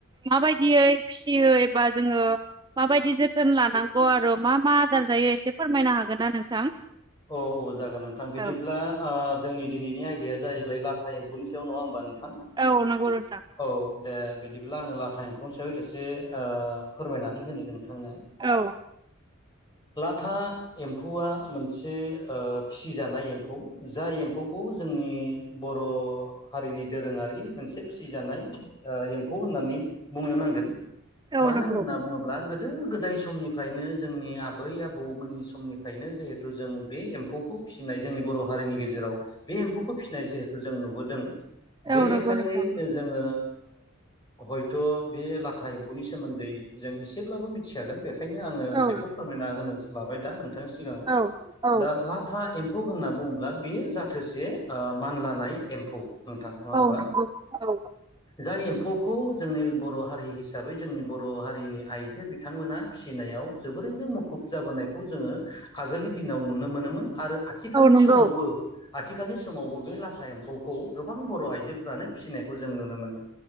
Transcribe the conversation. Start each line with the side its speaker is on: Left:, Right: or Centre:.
Right: माबायदियै फिसियो एबा जोङो माबायदि जोथोन लानांगौ आरो मा मा आदार जायो एसे फोरमायनो हागोन ना नोंथां?
Left: औ औ जागोन नोंथां बिदिब्ला
Right: औ
Left: ओ जोंनि दिनैनि आय- दाया जाहैबाय लाथा एम्फौनि सायाव नङा होमबा नोंथां
Right: औ नंगौ नोंथां।
Left: औ दे बिदिब्ला आङो लाथा एम्फौनि साआव एसे फोरमायनानै होनि नों थांनो
Right: औ
Left: लाथा एम्फौआ मोन से ओ फिसिजानाय एम्फौ जाय एम्फौखौ जोंनि बर' हारि नि दोरोङारि मोनसे फिसिजानाय एम्फौ होननानै बुंनो नांगोन
Right: औ
Left: मानो
Right: नंगौ
Left: होनना बुङोब्ला गो दो गोदाय समनिफ्रायनो जोंनि आबै आबौमोननि समनिफ्रायनो जिहे थु जों बे एम्फौखौ फिसिनाय जोंनि बर' हारिनि गेजेराव बे एम्फौखौ फिसिनाय जिहे थु जों नुबोदों बे
Right: औ
Left: लेखायै
Right: नंगौ नोंथां
Left: जोङो ओ हयथ' बे लाथा एम्फौनि सोमोन्दै जों एसेब्लाबो मिथिखागोन बेखा यनो आङो
Right: औ
Left: बेखौ फोरमायना होनो लाबाय दा नोंथांनि सिगाङाव
Right: औ औ
Left: दा लाथा एम फौ होनना बुङोब्ला बेयो जाथोसे ओ मानलानाय एम्फौ। नोंथां नङा होमबा
Right: औ नंगौ औ
Left: जाय एम्फौखौ जोंनि बर' हारि हिसाबै जोंनि बर' हारिनि आइजो बिथांमोना फिसिनायाव जोबोरैनो मुखुब जाबोनाय खौ जोङो आगोलनि दिनाव नुनो मोनोमोन आरो आथिखालनि
Right: औ नंगौ
Left: समावबो आथिखालनि समावबो बे लाथा एम्फौखौ गोबां बर' आइजोफोरानो फिसिनायखौ जों नुनो मोनो।